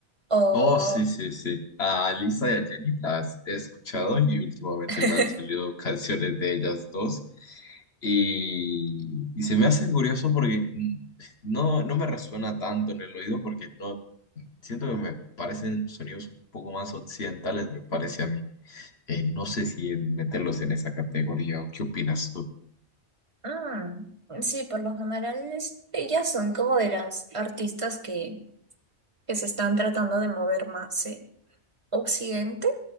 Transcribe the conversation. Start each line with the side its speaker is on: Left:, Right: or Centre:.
Right: o...
Left: Oh, sí, sí, sí. A Lisa y a Jenny las he escuchado y últimamente
Right: <laughs>
Left: me han salido canciones de ellas dos. Y, y se me hace curioso porque mm, no, no me resuena tanto en el oído porque no siento que me parecen sonidos un poco más occidentales, me parece a mí. Eh, no sé si meterlos en esa categoría o qué opinas tú.
Right: mm, sí, por lo general, es- ellas son como de las artistas que, que se están tratando de mover más, eh, Occidente,